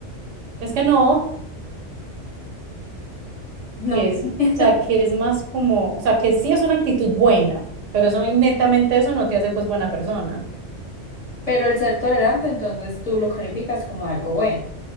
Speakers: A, on the right; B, on the left.
A: es que no,
B: no,
A: que es,
B: <laughs>
A: o sea, que es más como, o sea, que sí es una actitud buena, pero eso y netamente eso no te hace pues buena persona.
B: pero el ser tolerante, entonces tú lo calificas como algo bueno.